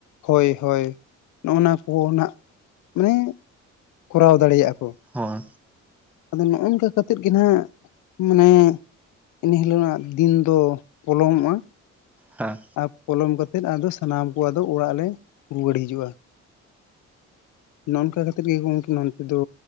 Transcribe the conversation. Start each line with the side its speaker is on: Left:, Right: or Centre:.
Left: ᱦᱚᱭ ᱦᱚᱭ ᱱᱚᱜᱱᱟ ᱠᱚ ᱱᱷᱟᱜ ᱢᱟᱱᱮ ᱠᱚᱨᱟᱣ ᱫᱟᱲᱮᱭᱟᱜ ᱟᱠᱚ ᱾
Centre: ᱦᱚᱭ ᱾
Left: ᱟᱫᱚ ᱱᱚᱜ ᱚᱝᱠᱟ ᱠᱟᱛᱮᱫ ᱜᱮ ᱱᱷᱟᱜ ᱢᱟᱱᱮ ᱤᱱᱟᱹ ᱦᱤᱞᱚᱱᱟᱜ ᱫᱤᱱ ᱫᱚ ᱯᱚᱞᱚᱢᱚᱜᱼᱟ ᱾
Centre: ᱦᱟ ᱾
Left: ᱟᱨ ᱯᱚᱞᱚᱢ ᱠᱟᱛᱮᱫ ᱟᱫᱚ ᱥᱟᱱᱟᱢ ᱠᱚ ᱟᱫᱚ ᱚᱲᱟᱜ ᱞᱮ ᱨᱩᱣᱟᱹᱲ ᱦᱤᱡᱩᱜᱼᱟ ᱾ ᱱᱚᱜ ᱚᱝᱠᱟ ᱠᱟᱛᱮᱫ ᱜᱮ ᱜᱚᱝᱠᱮ ᱱᱚᱱᱛᱮ ᱫᱚ